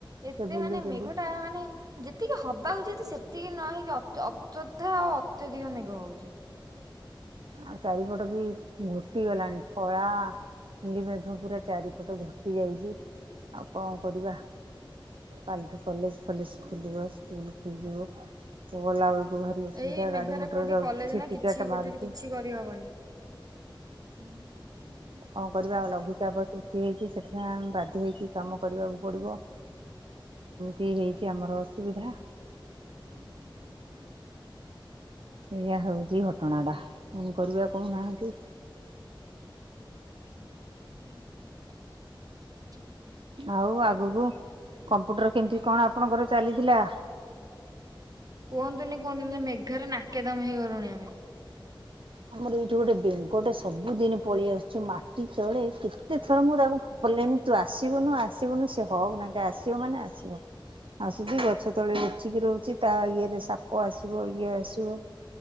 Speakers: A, on the right; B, on the right.
A: ଏତେ
B: ବୁଲୁଛନ୍ତି
A: ମାନେ ମେଘଟା ମାନେ ଯେତିକି ହବା ଉଚିତ ସେତିକି ନହେଇକି ଅ ଅଯଧା ଆଉ ଅତ୍ୟଧିକ ମେଘ ହଉଚି
B: ଆଉ ଚାରିପଟବି ଘୋଟିଗଲାଣି କଳା ଖାଲି ମେଘ ପୁରା ଚାରି ପଟ ଘୋଟି ଯାଇଚି ଆଉ କଣ କରିବା କାଲିଠୁ କଲେଜ ଫଲେଜ ଖୋଲିବ ସ୍କୁଲ ଖୋଲିବ ସେ ଗଲା ବୋଳକୁ ଭାରି ଅସୁବିଧା
A: ଏଇ ମେଘରେ
B: ଗାଡି ମଟର
A: କୋଉଠି
B: ଯାଉଛି
A: କଲେଜ
B: ଛିଟିକାଟା
A: ନା କିଛି ଗୋଟେରେ
B: ମାରୁଚି
A: କିଛି କରିହବନି। <unintelligible>
B: କଣ କରିବା ଲଘୁଚାପ ସୃଷ୍ଟି ହେଇଚି ସେଥିପାଇଁ ଆମେ ବାଧ୍ୟ ହେଇକି କାମ କରିବାକୁ ପଡିବ କି ହେଇକି ଆମର ଅସୁବିଧା
A: <unintelligible>
B: ଏଇଆ ହଉଚି ଘଟଣାଟା ପୁଣି କରିବା କହୁନାହାନ୍ତି?
A: <unintelligible>
B: ଆଉ ଆଗକୁ କମ୍ପୁଟର କେମିତି କଣ ଆପଣଙ୍କର ଚାଲିଥିଲା?
A: କୁହନ୍ତୁନି କୁହନ୍ତୁିନି ମେଘରେ ନାକେ ଦମ ହେଇ ଗଲୁଣି ଆମେ
B: ଆମର ଏଇଠି ଗୋଟେ ବେଙ୍ଗଟେ ସବୁଦିନ ପଳେଇ ଆସୁଛି ମାଟି ତଳେ କେତେ ଥର ମୁଁ ତାକୁ ପଲେମି ତୁ ଆସିବୁନା ଆସିବୁନୁ ସେ ହଉହଁ କି ନା ଆସିବ ମାନେ ଆସିବ ଆସୁଛି ଗଛ ତଳେ ଲୁଚିକି ରହୁଚି ତା ଇଏରେ ସାପ ଆସିବ ଇଏ ଆସିବ